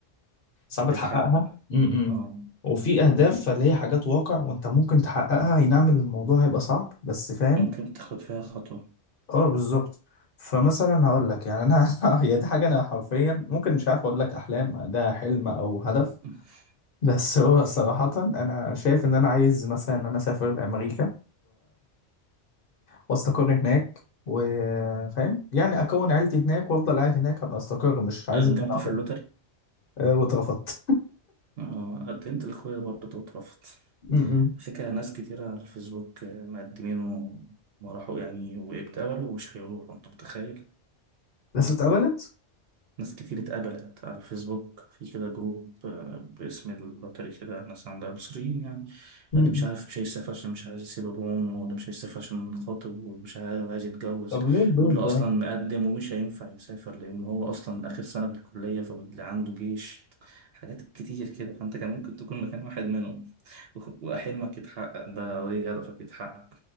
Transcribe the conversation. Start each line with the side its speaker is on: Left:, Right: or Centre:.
Left: صعب
Right: تتحقق
Left: تحققها م-م.
Right: آه
Left: وفي اهداف فاللي هي حاجات واقع وانت ممكن تحققها اي نعم الموضوع هيبقى صعب بس فاهم
Right: ممكن تاخد فيها خطوة
Left: اه بالظبط فمثلا هقول لك يعني انا <laughs> هي دي حاجه انا حرفيا ممكن مش عارف اقول لك احلام ده حلم او هدف
Right: <laughs>
Left: بس هو صراحه انا شايف ان انا عايز مثلا ان انا اسافر لامريكا واستقر هناك وفاهم يعني اكون عيلتي هناك وافضل قاعد هناك ابقى استقر مش عايز
Right: قدمت
Left: ان انا اقعد
Right: في اللوتري
Left: أه واترفضت
Right: آه قدمت لأخويا برضه واترفضت
Left: م-
Right: على فكرة ناس كتيرة على الفيسبوك مقدمين وما راحوا يعني واتقبلوا ومش هيروحوا انت متخيل
Left: بس اتقبلت
Right: ناس كتير اتقبلت على الفيسبوك في كده جروب آه، باسم اللوتري كده ناس عندها مصريين يعني
Left: م-
Right: اللي
Left: م.
Right: مش عارف مش هيسافر عشان مش عايز يسيب ابوهم واللي مش هيسافر عشان خاطب واللي مش عايز عايز يتجوز
Left: طب ليه البيض
Right: واللي
Left: ده
Right: اصلا مقدم ومش هينفع يسافر لان هو اصلا اخر سنة في الكلية فاللي عنده جيش حاجات كتير كده فانت كان ممكن تكون مكان واحد منهم <laughs> وحلمك يتحقق ده وايه هدفك يتحقق